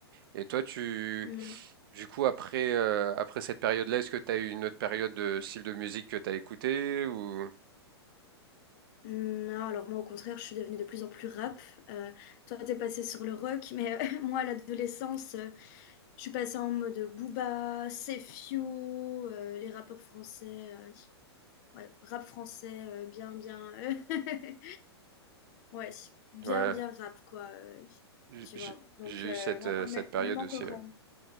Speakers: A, on the right; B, on the left.
A: Et toi, tu,
B: Ouais.
A: du coup, après, euh, après cette période-là, est-ce que t'as eu une autre période de style de musique que t'as écouté ou?
B: Non, alors moi au contraire, je suis devenue de plus en plus rap. Euh, toi, t'es passé sur le rock, mais euh, <laughs> moi à l'adolescence, euh, je suis passée en mode Booba, Sefio, euh, les rappeurs français, euh, ouais, rap français, euh, bien, bien, euh, <laughs> ouais, bien,
A: Ouais,
B: bien rap quoi, euh,
A: j-
B: tu
A: j-
B: vois. Donc
A: j'ai
B: euh,
A: eu cette,
B: non,
A: euh,
B: non,
A: cette
B: mais-
A: période
B: même encore,
A: aussi. Ouais.
B: euh,